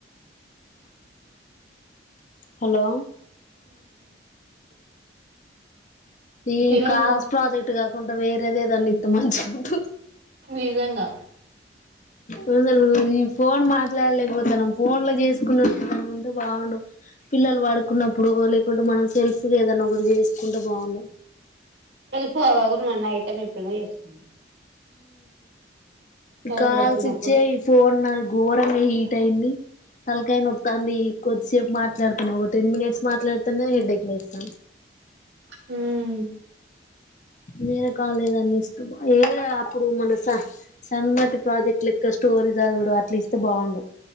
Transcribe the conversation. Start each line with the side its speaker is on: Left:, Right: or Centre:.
Left: హలో ఈ
Right: తినుడు
Left: కాల్స్
Right: పో
Left: ప్రాజెక్ట్ కాకుండా వేరేదేదన్న ఇత్ ద మంచిగా ఉంటూ
Right: నిజంగా
Left: ఫుల్లు ఈ ఫోన్ మాట్లాడలేక పోత్ మనం ఫోన్ లో చేసుకున్న ఉంటే బాగుండు పిల్లలు పడుకున్నప్పుడు లేకుంటే మనం సెల్ఫీ ఏదనా ఒకరు చేసుకుంటే బాగుంవు
Right: కూడా మన ఐటె ఇప్పుడై చేసుకోండి టైం
Left: కాల్
Right: దొరికినప్పుడు
Left: సిచ్చే ఫోన్ నా ఘోరంగా హీట్ అయింది తలకాయ నోత్తంది కొద్దిసేపు మాట్లాడుతున్నాం ఒక టెన్ మినిట్స్ మాట్లాడుతనే హెడేక్ వస్తాంది
Right: హ్మ్.
Left: మేర కాలజ అన్ని ఏ అప్పుడు మన స సన్నతి ప్రాజెక్ట్ యొక్క స్టోరీ చదవడం అట్లీస్ట్ అే బాగుండు